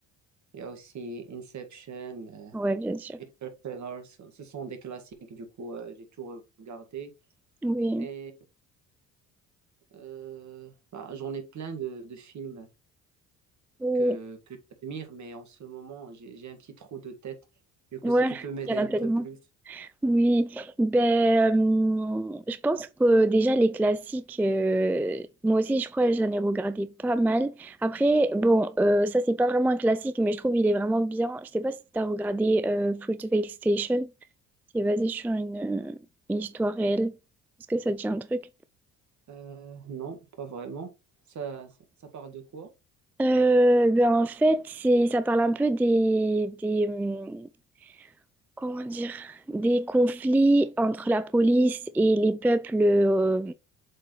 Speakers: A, on the right; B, in the centre.
A: il y a aussi Inception, euh,
B: ouais, bien sûr.
A: Interstellar, ce, ce sont des classiques, du coup, euh, j'ai tout regardé.
B: Oui.
A: Et euh, bah, j'en ai plein de, de films
B: Oui.
A: que, que j'admire, mais en ce moment, j'ai j'ai un petit trou de tête. Du coup,
B: Ouais,
A: si tu peux m'aider
B: il y
A: un
B: en a tellement.
A: peu plus.
B: Oui, ben, euh, je pense que déjà les classiques, euh, moi aussi je crois que j'en ai regardé pas mal. Après, bon, euh, ça c'est pas vraiment un classique, mais je trouve il est vraiment bien. Je sais pas si t'as regardé euh, Fruitvale Station, c'est basé sur une, euh, une histoire réelle. Est-ce que ça te dit un truc?
A: Euh, non, pas vraiment. Ça, ça, ça parle de quoi?
B: Euh, ben en fait, c'est, ça parle un peu des, des, hum, comment dire, des conflits entre la police et les peuples. euh,